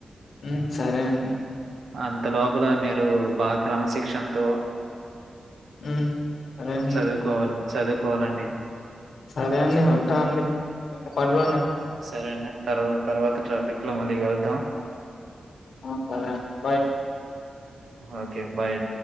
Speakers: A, on the left; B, on the right.
A: ఉ సరే అండి
B: అంత లోపల మీరు బా క్రమశిక్షణతో
A: ఉ అదేంది
B: చదువుకోవాలి చదువుకోవాలండి
A: సరే అండి ఉంటాండి బిక పనులు ఉన్నాయి
B: ఆ, సరే అండి తర్వా తర్వాత ట్రాఫిక్ లో మళ్ళీ కలుద్దాం
A: ఓ సరే అండి బాయ్
B: ఓకే బాయ్ అ